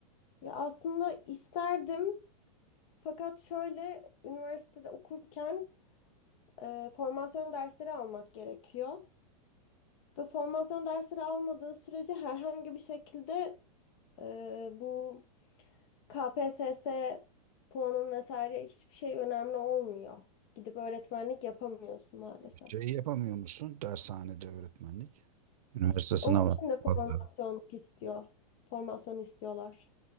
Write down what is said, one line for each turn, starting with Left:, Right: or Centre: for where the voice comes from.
Left: Ya aslında isterdim fakat şöyle üniversitede okurken e, formasyon dersleri almak gerekiyor. Ve formasyon dersleri almadığın sürece herhangi bir şekilde e, bu KPSS puanın vesaire hiçbir şey önemli olmuyor. Gidip öğretmenlik yapamıyorsun maalesef.
Right: Şey yapamıyor musun dershanede öğretmenlik? Üniversite sınavı.
Left: Onun için de formasyonluk
Right: Allah
Left: istiyor. Formasyon istiyorlar.